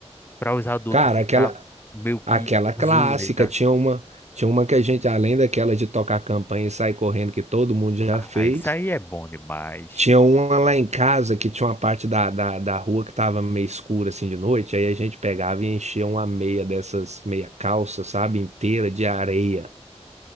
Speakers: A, on the left; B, on the right.
A: pra os adultos
B: Cara,
A: ficar
B: aquela,
A: meio que
B: aquela clássica,
A: zureta.
B: tinha uma, tinha uma que a gente, além daquela de tocar campanha e sair correndo, que todo mundo já
A: Ah,
B: fez,
A: isso aí é bom demais.
B: tinha uma lá em casa que tinha uma parte da, da, da rua que tava meio escura assim de noite, aí a gente pegava e enchia uma meia dessas meia calça, sabe, inteira de areia.